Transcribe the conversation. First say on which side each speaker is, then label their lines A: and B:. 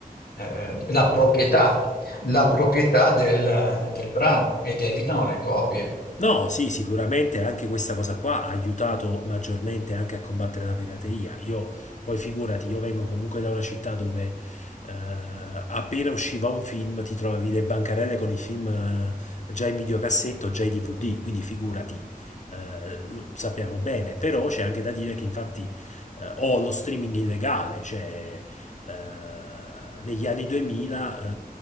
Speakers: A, on the left; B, on the left.
A: eh, la proprietà la proprietà del, del brano ed evitano le copie.
B: No, sì, sicuramente anche questa cosa qua ha aiutato maggiormente anche a combattere la pirateria. Io, poi figurati, io vengo comunque da una città dove eh, appena usciva un film ti trovavi le bancarelle con i film eh, già in videocassetto, già in DVD, quindi figurati, eh, lo sappiamo bene, però c'è anche da dire che infatti eh, o lo streaming illegale, cioè eh, negli anni 2000 eh,